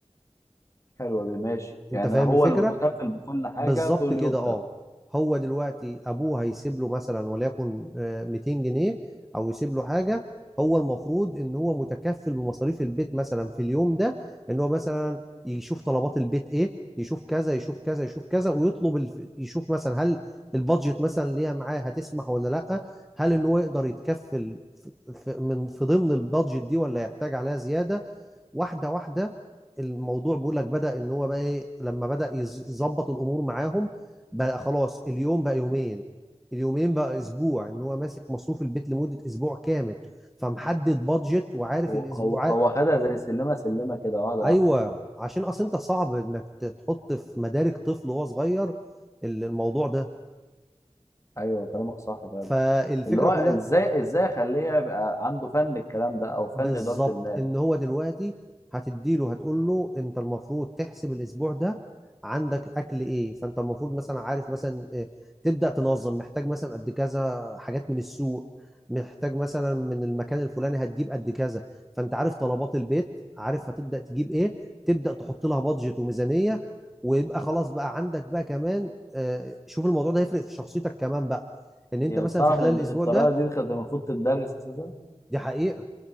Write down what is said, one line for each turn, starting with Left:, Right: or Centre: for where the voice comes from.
Left: حلوه دي ماشي
Centre: انت
Left: يعني
Centre: فاهم
Left: هو
Centre: الفكرة
Left: اللي متكفل بكل حاجه
Centre: بالظبط
Left: طول اليوم
Centre: كده اه هو دلوقتي ابوه هيسيب له مثلا وليكن آه، 200 جنيه او يسيب له حاجه هو المفروض ان هو متكفل بمصاريف البيت مثلا في اليوم ده ان هو مثلا يشوف طلبات البيت ايه يشوف كذا يشوف كذا يشوف كذا ويطلب الف... يشوف مثلا هل البادجت مثلا اللي هي معاه هتسمح ولا لا هل ان هو يقدر يتكفل في... في... من في ضمن البادجت دي ولا يحتاج عليها زياده واحده واحده الموضوع بيقول لك بدأ ان هو بقى ايه لما بدأ يز- يظبط الامور معاهم بقى خلاص اليوم بقى يومين اليومين بقى اسبوع ان هو ماسك مصروف البيت لمدة اسبوع كامل فمحدد بادجت وعارف
Left: هو
Centre: الاسبوع
Left: هو هو
Centre: عار-
Left: خدها زي سلمه سلمه كده واحده
Centre: ايوه
Left: واحده
Centre: عشان اصل انت صعب انك ت- تحط في مدارك طفل وهو صغير ال- الموضوع ده
Left: ايوه كلامك صح فعلا
Centre: فالفكرة
Left: اللي هو
Centre: كلها
Left: ازاي ازاي اخليه يبقى عنده فن الكلام ده او فن
Centre: بالظبط
Left: اداره المال
Centre: ان هو دلوقتي هتديله هتقول له انت المفروض تحسب الاسبوع ده عندك اكل ايه فانت المفروض مثلا عارف مثلا إيه، تبدا تنظم محتاج مثلا قد كذا حاجات من السوق محتاج مثلا من المكان الفلاني هتجيب قد كذا فانت عارف طلبات البيت عارف هتبدا تجيب ايه تبدا تحط لها بادجت وميزانيه ويبقى خلاص بقى عندك بقى كمان آه، شوف الموضوع ده هيفرق في شخصيتك كمان بقى ان انت
Left: يعني
Centre: مثلا
Left: تعرف
Centre: في خلال
Left: ان
Centre: الاسبوع
Left: الطريقه
Centre: ده
Left: دي كانت المفروض تدرس اساسا
Centre: دي حقيقة